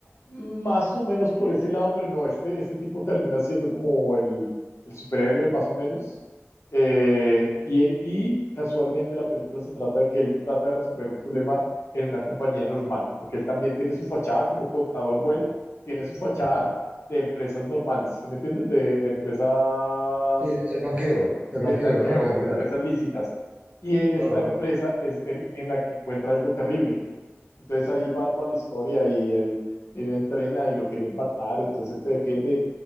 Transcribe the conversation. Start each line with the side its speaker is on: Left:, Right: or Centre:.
Left: más o menos por ese lado, pero no, este, este tipo termina siendo como el, el superhéroe, más o menos. Eh, y, y casualmente la película se trata de que él trata de resolver un problema en una compañía normal, porque él también tiene su fachada como contador bueno, tiene su fachada
Right: ujú.
Left: de empresas normales, ¿sí me entiendes? De, de empresas
Right: Sí, el blanqueo, el
Left: el
Right: blanqueo,
Left: blanqueo
Right: ¿no? De capitales.
Left: de empresas lícitas. Y en esta
Right: Claro,
Left: empresa
Right: claro.
Left: es el, en la que encuentra algo terrible. Entonces ahí va toda la historia y él, él entrena y lo querían matar, entonces él se defiende.